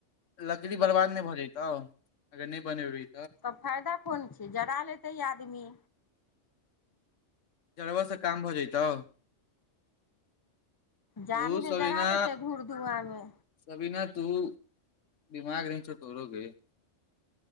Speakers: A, on the left; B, on the left.
A: लकड़ी बर्बाद नहि भऽ जतौ अगर नहि बनेबीहीं
B: तब फायदा कोन छै जरा लेतै आदमी
A: जरबा से काम भऽ जैतौ
B: जाड़मे
A: तू सबदिना
B: जरा लेतै घूर धुआँमे
A: सबदिना तू दीमाग नहि छौअ तोरो गेय